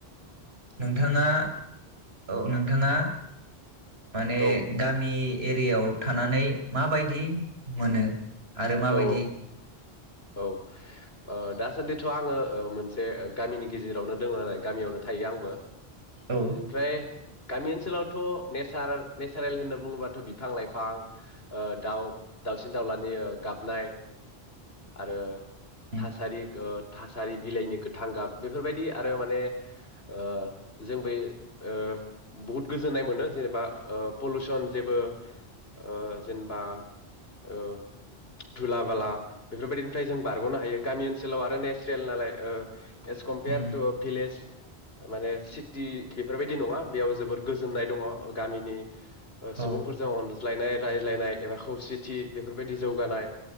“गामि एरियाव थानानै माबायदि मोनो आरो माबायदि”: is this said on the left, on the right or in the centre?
Right